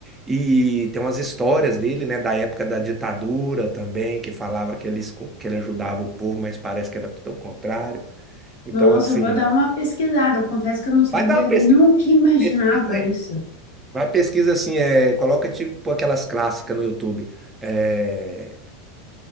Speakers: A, on the right (about 15°); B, on the left (about 60°).
A: e tem umas histórias dele, né, da época da ditadura também, que falava que ele, esco- que ele ajudava o povo, mas parece que era tudo ao contrário. Então,
B: Nossa,
A: assim,
B: eu vou dar uma pesquisada. Eu confesso que eu não sabia,
A: vai dar uma
B: nunca
A: pesquisa,
B: imaginava
A: pesquisa aí.
B: isso.
A: Vai pesquisa assim, é, coloca tipo aquelas clássicas no YouTube. É,